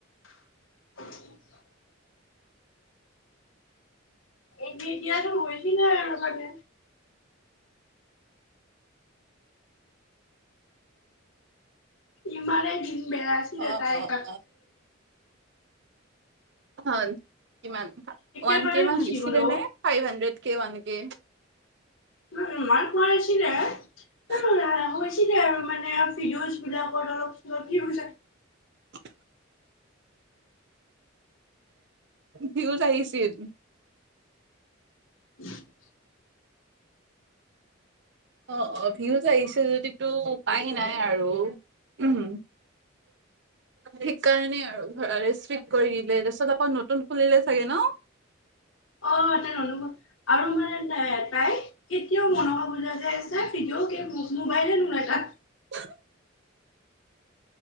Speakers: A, on the left (about 70°); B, on the right (about 60°).
A: <inaudible> এ, <unintelligible> ইমানেই দিন বেয়া আছিলে,
B: অ
A: তাই
B: অ
A: পাত
B: অ হয়, কিমান
A: একেবাৰে
B: ওৱান কে, মান
A: গুচি
B: বিচিবানে
A: গ'ল অ
B: নে, ফাইভ হাণ্ড্ৰেড কে, ওৱান কে।
A: <unintelligible>
B: <inaudible>
A: <unintelligible>
B: <inaudible> ভিউজ আহিছিল।
A: <inaudible>
B: অ, অ, ভিউজ আহিছে যদিতো, পায় নাই। আৰু উম, সিকাৰণে আৰু ৰেষ্ট্ৰিক্ট কৰি দিলে তাৰপিছত আকৌ নতুন খুলিলে ছাগে ন
A: অ' তেনে আৰু মানে ত তাই কেতিয়াও মনশা পুজা যে তাই ভিডিঅ' গেম মোবাইলে নোলাই তাত
B: <unintelligible>